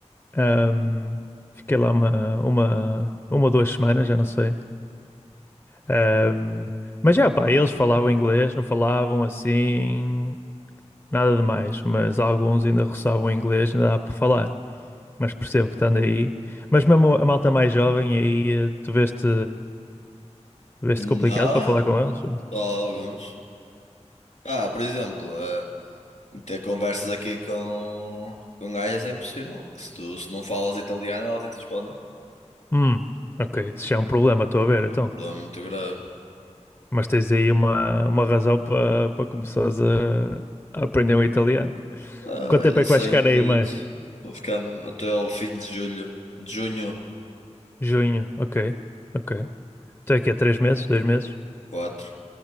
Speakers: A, on the left (about 20°); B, on the left (about 80°).
A: Ahm, fiquei lá uma, uma, uma ou duas semanas, já não sei. Ahm, mas já, pá, eles falavam inglês, não falavam assim, nada demais. Mas alguns ainda roçavam inglês, ainda dá para falar. Mas percebo que estando aí. Mas mesmo a malta mais jovem aí, eh, tu veste, veste
B: Não,
A: complicado para falar com eles?
B: só alguns. Ah, por exemplo, eh, ter conversas aqui com, com gajas é impossível. que Se tu se não falas italiano, elas nem te respondem.
A: Hum, ok, isso já é um problema, estou a ver,
B: É
A: então.
B: um problema muito grave.
A: Mas tens aí uma, uma razão para para começares a, a aprender o italiano.
B: Ah,
A: Quanto tempo
B: isso
A: é que vais
B: aí
A: ficar
B: é um bocadito.
A: aí mais?
B: Vou ficar até ao fim de julho. De junho
A: Junho, ok, ok. Então é que é três meses, dois meses,
B: 4.